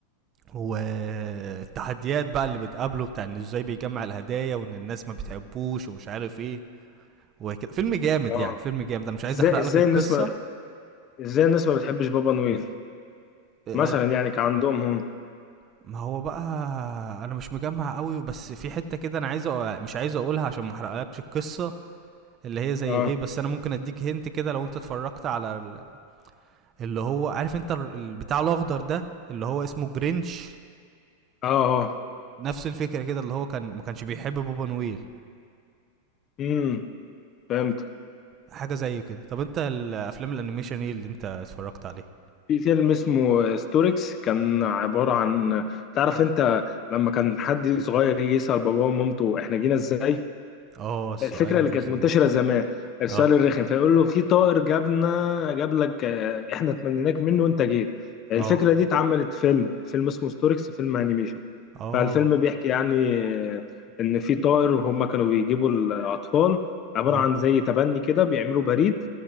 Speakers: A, on the right; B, on the left.
A: والتحديات بقى اللي بتقابله بتاع ان ازاي بيجمع الهدايا وان الناس ما بتحبوش ومش عارف ايه وكده فيلم جامد
B: اه
A: يعني فيلم جامد انا مش عايز
B: ازاي
A: احرق
B: ازاي
A: لك القصه
B: الناس ما ازاي الناس ما بتحبش بابا نويل
A: آه،
B: مثلا يعني كان عندهم هم
A: ما هو بقى انا مش مجمع قوي بس في حتة كده انا عايز أ... مش عايز اقولها عشان ما احرقلكش القصة اللي هي زي
B: اه
A: ايه بس انا ممكن اديك هنت كده لو انت اتفرجت على ال- اللي هو عارف انت ال- البتاع الاخضر ده اللي هو اسمه جرينش
B: اه اه
A: نفس الفكرة كده اللي هو كان ما كانش بيحب بابا نويل
B: امم فهمت
A: حاجة زي كده طب انت الافلام الانيميشن ايه اللي انت اتفرجت عليه
B: في فيلم اسمه ستوركس كان عبارة عن تعرف انت لما كان حد صغير يجي يسأل باباه ومامته احنا جينا ازاي
A: اه السؤال
B: الفكره
A: الرخم
B: اللي كانت منتشره
A: ده
B: زمان السؤال
A: اه
B: الرخم فيقول له في طائر جابنا جاب لك آه، احنا تمنيناك منه وانت جيت الفكره
A: اه
B: دي اتعملت فيلم فيلم اسمه ستوركس فيلم انيميشن
A: اه
B: فالفيلم بيحكي يعني آه، ان في طائر هم كانوا بيجيبوا الاطفال عباره
A: اه
B: عن زي تبني كده بيعملوا بريد